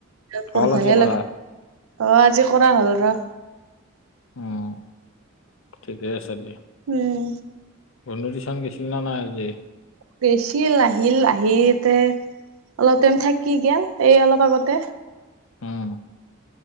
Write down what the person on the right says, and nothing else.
<unintelligible>
আজি কৰা হ'ল ৰ।
উম।
গাইছিল আহিল আহি এতে। অলপ টাইম থাকি গেল এই অলপ আগতে।